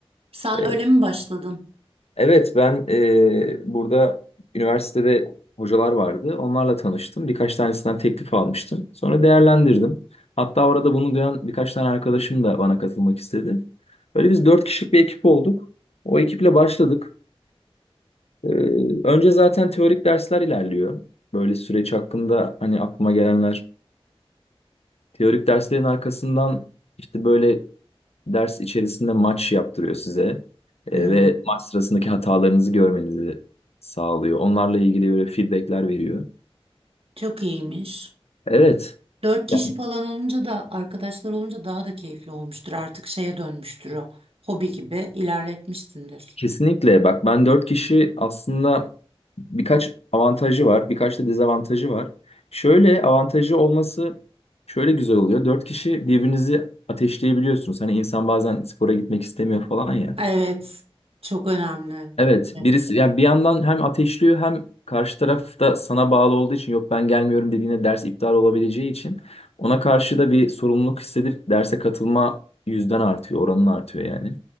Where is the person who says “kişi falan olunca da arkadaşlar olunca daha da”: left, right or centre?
Right